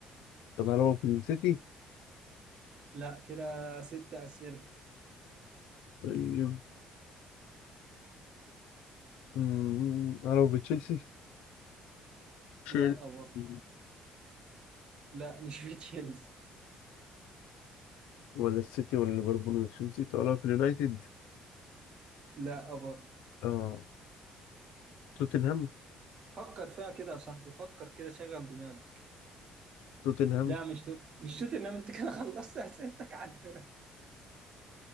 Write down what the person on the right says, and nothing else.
لا كده ست أسئلة
لا برضه لا مش في تشيلسي
لا برضه
فكر فيها كده يا صاحبي فكر كده شغل دماغك
لا مش توت مش توت انما انت كده خلصت <laughs> اسئلتك على الفرق